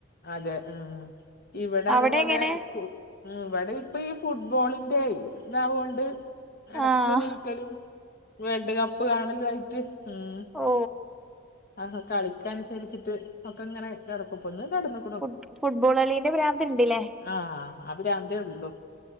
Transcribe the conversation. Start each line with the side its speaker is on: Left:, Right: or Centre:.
Left: അതെ ഉം ഇവിടെ
Centre: അവിടെ
Left: അതേപോലെ
Centre: എങ്ങനെ
Left: സ്കു ഇവിടെ ഇപ്പം ഈ ഫുട്ബോളിന്റെ ഇതാവുകൊണ്ട് ഇടക്ക്
Centre: ആഹ്
Left: ണീക്കലും വേൾഡ് കപ്പ് കാണലും ആയിട്ട് ഉം.
Centre: ഓ
Left: ആ കളിക്ക അനുസരിച്ചിട്ട് ഒക്കെ ഇങ്ങനെ കിടക്കും ഇപ്പൊ ഇന്ന് കടന്നു.
Centre: ഫു ഫുട്ബോൾ കളിന്റെ പ്രാന്ത് ഇണ്ട്ല്ലേ.
Left: ആഹ ആ പ്രാന്തേ ഉള്ളൂ